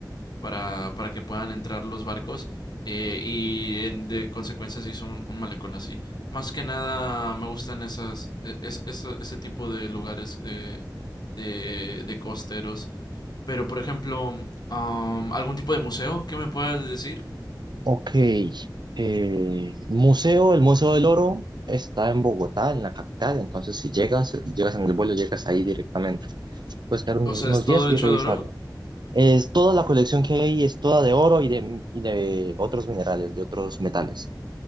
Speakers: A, on the left; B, on the right.
A: para para que puedan entrar los barcos eh, y en- de consecuencia se hizo un, un malecón así. Más que nada me gustan esas e- es- esa- ese tipo de lugares de de de costeros. Pero por ejemplo, um, algún tipo de museo que me puedas decir?
B: ok. eh, museo, el Museo del Oro está en Bogotá, en la capital, entonces si llegas, llegas en el vuelo, llegas ahí directamente. Puedes quedar unos
A: O sea,
B: unos
A: es todo
B: días y
A: hecho
B: revisarlo.
A: de oro.
B: Es toda la colección que hay es toda de oro y de, y de otros minerales, de otros metales.